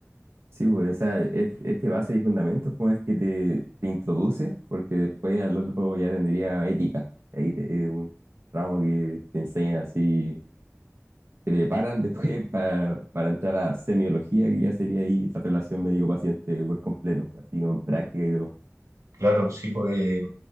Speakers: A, on the right (about 55°); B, on the right (about 85°).
A: Sí, pues, o sea, es- este base y fundamentos como es que te, te introduce, porque después al otro ya tendría ética. Ahí te- es un ramo que te enseñan así se preparan después <laughs> para, para entrar a semiología, que ya sería ahí la relación médico-paciente por completo, así con práctica y todo.
B: Claro, sí, pues. eh,